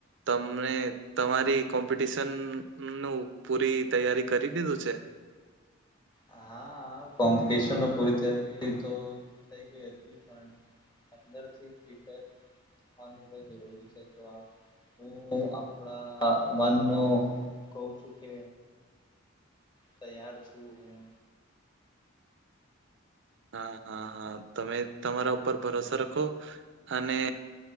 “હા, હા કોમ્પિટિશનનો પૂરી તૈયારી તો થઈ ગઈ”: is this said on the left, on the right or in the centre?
Left